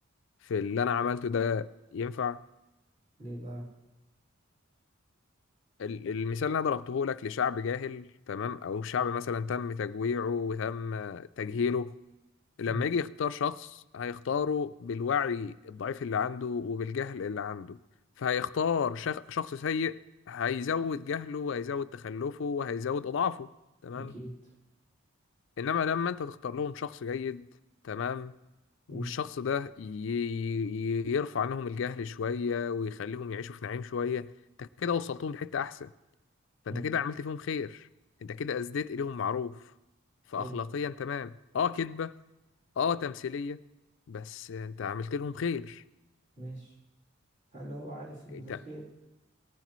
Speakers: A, on the left (about 60°); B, on the right (about 35°).
A: في اللي انا عملته ده ينفع
B: ليه بقى؟
A: ال- المثال اللي انا ضربته لك لشعب جاهل تمام او شعب مثلا تم تجويعه وتم تجهيله لما
B: مم.
A: يجي يختار شخص هيختاره بالوعي الضعيف اللي عنده وبالجهل اللي عنده فهيختار شخ- شخص سيء هيزود جهله وهيزود تخلفه وهيزود اضعافه تمام
B: أكيد
A: انما لما انت تختار لهم شخص جيد تمام
B: مم.
A: والشخص ده ي... ي- يرفع عنهم الجهل شوية ويخليهم يعيشوا في نعيم شوية انت كده وصلتهم لحتة احسن
B: مم.
A: فانت كده عملت فيهم خير انت كده اسديت اليهم معروف فاخلاقيا
B: حلو
A: تمام اه كدبة اه تمثيلية بس انت عملت لهم خير
B: ماشي هل هو عارف إن
A: انت
B: ده خير؟